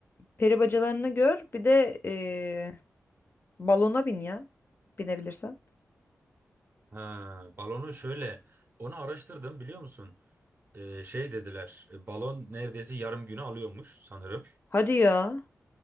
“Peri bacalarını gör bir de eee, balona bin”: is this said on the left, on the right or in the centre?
Left